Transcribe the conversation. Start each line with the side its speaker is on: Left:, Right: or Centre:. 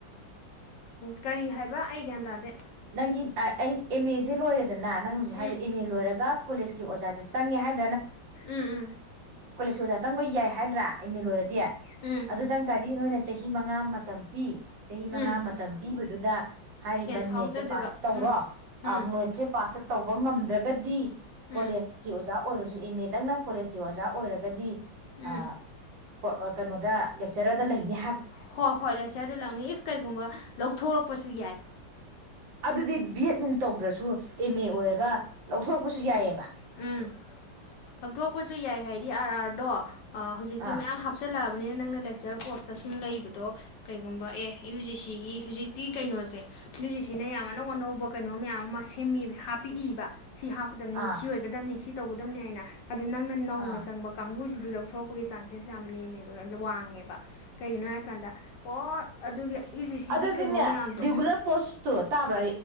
Left: ꯀꯔꯤ ꯍꯥꯏꯕ ꯑꯩ ꯒ꯭ꯌꯥꯟ ꯇꯥꯗꯦ
Right: ꯅꯪ ꯑꯩ ꯑꯦꯃꯦ ꯑꯦꯖꯦ ꯂꯣꯏꯔꯦ ꯑꯗꯨꯗꯅ ꯅꯪ ꯍꯧꯖꯤꯛ
Left: ꯎꯝ ꯎꯝ ꯎꯝ
Right: ꯍꯥꯏꯗꯤ ꯏꯃꯦꯜ ꯂꯣꯏꯔꯒ ꯀꯣꯂꯦꯖꯀꯤ ꯑꯣꯖꯥꯁꯦ ꯆꯪꯉꯦ ꯍꯥꯏ
Left: ꯎꯝ ꯎꯝ
Right: ꯀꯂꯤꯁꯁꯨꯖꯥ ꯁꯪꯕꯨ ꯌꯥꯏ ꯍꯥꯏꯗ꯭ꯔꯥ ꯏ ꯃꯤ ꯂꯣꯏꯔꯗꯤ
Left: ꯎꯝ
Right: ꯑꯗꯨ ꯆꯪ ꯇꯥꯔꯗꯤ ꯅꯣꯏ ꯆꯍꯤ ꯃꯉꯥ ꯃꯇꯝ ꯄꯤ ꯆꯍꯤ
Left: ꯎꯝ
Right: ꯃꯉꯥ ꯃꯇꯝ ꯄꯤꯕꯗꯨꯗ ꯍꯥꯏꯔꯤꯕ
Left: ꯐꯥꯎꯖꯗꯣꯏꯕ
Right: ꯅꯦꯠ ꯄꯥꯁ ꯇꯧꯔꯣꯠꯁꯦ
Left: ꯎꯝ ꯎꯝ
Right: ꯄꯥꯁ ꯇꯧꯕ ꯉꯝꯗ ꯗ꯭ꯔꯒꯗꯤ
Left: ꯎꯝ
Right: ꯀꯣꯂꯦꯖꯀꯤ ꯑꯣꯖꯥ ꯑꯣꯏꯔꯁꯨ ꯑꯦ ꯃꯦ ꯗꯪꯅ ꯀꯣꯂꯦꯖꯀꯤ ꯑꯣꯖꯥ ꯑꯣꯏꯔꯒꯗꯤ
Left: ꯎꯝ
Right: ꯑ ꯀꯩꯅꯣꯗ ꯆꯔꯗ ꯂꯩꯅꯦ
Left: ꯍꯣꯏ ꯍꯣꯏ ꯂꯦꯛꯆꯔꯗ ꯂꯧꯅꯤ ꯏꯐ ꯀꯩꯒꯨꯝꯕ ꯂꯧꯊꯣꯔꯛꯄꯁꯨ ꯌꯥꯏ
Right: ꯑꯗꯨꯗꯤ ꯕꯤ ꯑꯦꯠ ꯅꯨꯡ ꯇꯧꯗ꯭ꯔꯁꯨ ꯑꯦꯝ ꯑꯦ ꯑꯣꯏꯔꯒ ꯂꯧꯊꯣꯔꯛꯄꯁꯨ ꯌꯥꯏꯑꯦꯕ
Left: ꯎꯝ ꯂꯧꯊꯣꯛꯄꯁꯨ ꯌꯥꯏ ꯍꯥꯏꯗꯤ ꯑꯥꯔ ꯑꯥꯔꯗꯣ ꯍꯧꯖꯤꯛꯇꯤ
Right: ꯑꯥ
Left: ꯃꯌꯥꯝ ꯍꯥꯞꯆꯤꯜꯂꯛꯑ ꯕꯅꯤꯅ ꯅꯪꯅ ꯂꯦꯛꯆꯔ ꯄꯣꯁꯇ ꯁꯨꯝ ꯂꯩꯕꯗꯣ ꯀꯩꯒꯨꯝꯕ ꯑꯦ ꯌꯨ ꯖꯤ ꯁꯤꯒꯤ ꯍꯧꯖꯤꯛꯇꯤ ꯀꯩꯅꯣꯁꯦ ꯌꯨ ꯖꯤ ꯁꯤꯅ ꯌꯥꯝ ꯑꯅꯧ ꯑꯅꯧꯕ ꯀꯩꯅꯣ ꯃꯌꯥꯝ ꯑꯃ ꯁꯦꯝꯃꯤꯕ ꯍꯥꯞꯄꯤꯏꯕ ꯁꯤ ꯍꯥꯞꯀꯗꯝꯅꯤ
Right: ꯑꯥ
Left: ꯑꯣꯏꯒꯗꯕꯅꯤ ꯁꯤ ꯇꯧꯒꯗꯕꯅꯤ ꯍꯥꯏꯅ ꯑꯗꯨꯗ ꯅꯪꯅ ꯅꯧꯅ
Right: ꯑꯥ
Left: ꯆꯪꯕ ꯀꯥꯡꯕꯨꯁꯤ ꯗꯤ ꯂꯧꯊꯣꯔꯛꯄꯒꯤ ꯆꯥꯟꯁꯦꯁ ꯌꯥꯝ ꯅꯦꯝꯃꯦꯕ ꯋꯥꯡꯉꯦꯕ ꯀꯩꯒꯤꯅꯣ ꯍꯥꯏꯕ ꯀꯥꯟꯗ ꯑꯣ ꯑꯗꯨꯒꯤ ꯌꯨ ꯖꯤ ꯁꯤꯒꯤ
Right: ꯑꯗꯨꯗꯤꯅꯦ
Left: ꯀꯩꯅꯣ ꯃꯌꯥꯝꯗꯣ
Right: ꯔꯤꯒꯨꯂꯔ ꯄꯣꯁꯇꯣ ꯇꯥꯕ꯭ꯔꯥ